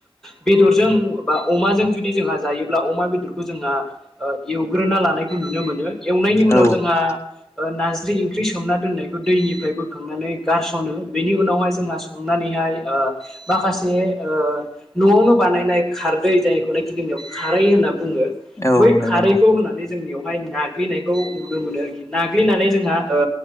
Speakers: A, in the centre; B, on the left.
A: बेदरजों बा अमाजों जुदि जोंहा जायोब्ला अमा बेदरखौ जोंहा ओ एवग्रोना लानायखौ नुनो मोनो एवनायनि उनाव
B: औ
A: जोंहा ओ नारजि ओंख्रि सोमना दोन्नायखौ दैनिफ्राय बोखांनानै गारस'नो बेनि उनावहाय जोंहा संनानै याय ओ माखासे ओ न'आवनो बानायनाय खारदै जायखौनाखि जोंनियाव खारै होनना बुङो
B: औ
A: बै
B: नंगौ
A: खारैखौ
B: नोंथां
A: होनानै जोंनियाव फाय नाग्लिनायखौ नुनो मोनो आरोखि नाग्लिनानै जोंहा ओ